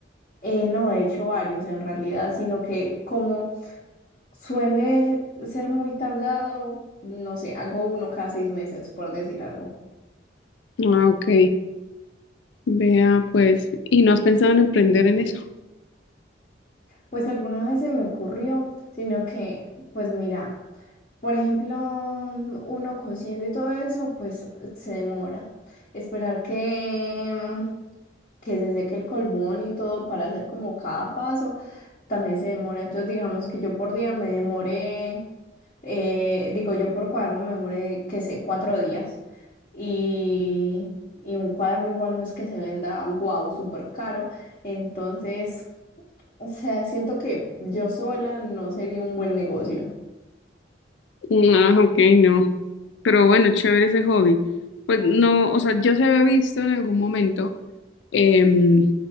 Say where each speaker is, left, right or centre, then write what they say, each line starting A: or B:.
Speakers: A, on the left (about 40°); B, on the left (about 75°).
A: Eh, no he hecho varios en realidad, sino que como suele ser muy tardado, no sé, hago uno cada seis meses, por decir algo.
B: Ah, ok. Vea, pues. ¿Y no has pensado en emprender en eso?
A: Pues alguna vez se me ocurrió, sino que, pues mira. Por ejemplo, mm, uno cociendo y todo eso, pues se demora. Esperar que, mm, que se seque el colbón y todo para hacer como cada paso, también se demora. Entonces, digamos que yo por día me demoré, eh, digo yo por cuaderno me demoré, que sé, cuatro días. Y, y un cuaderno igual no es que se venda, wow, súper caro. Entonces, o sea, siento que yo sola no sería un buen negocio.
B: Ah, ok, no. Pero bueno, chévere ese hobby. Pues no, o sea, yo se había visto en algún momento em,